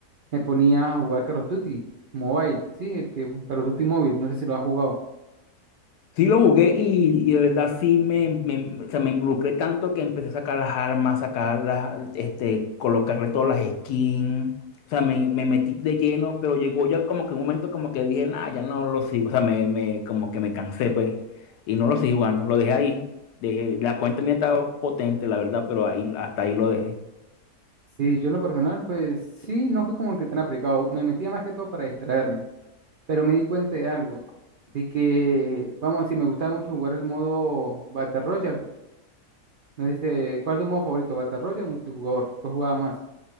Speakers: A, on the right; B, on the left.
A: Me ponía a jugar Call of Duty Mobile, sí, el que Call of Duty Mobile, no sé si lo has jugado.
B: Sí lo jugué y, y de verdad sí me, me- o sea, me involucré tanto que empecé a sacar las armas, sacar las, este, colocarle todas las skins. O sea, me, me metí de lleno, pero llegó ya como que un momento como que dije, nah, ya no lo sigo. O sea, me, me, como que me cansé, pues. Y no lo sigo jugando, lo dejé ahí. Dejé, la cuenta mía estaba potente, la verdad, pero ahí, hasta ahí lo dejé.
A: Sí, yo en lo personal, pues sí, no fui como el que tan aplicado. Me metía más que todo para distraerme, pero me di cuenta de algo, de que, vamos a decir, me gustaba mucho jugar el modo Battle Royale. No sé si te- ¿cuál es tu modo favorito, Battle Royale o multijugador? ¿Cuál jugaba más?